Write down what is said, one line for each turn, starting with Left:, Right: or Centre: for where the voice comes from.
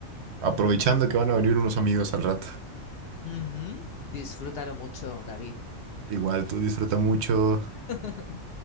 Right: aprovechando que van a venir unos amigos al rato.
Left: Ujú. Disfrútalo mucho, David.
Right: Igual, tú disfruta mucho.
Left: <laughs>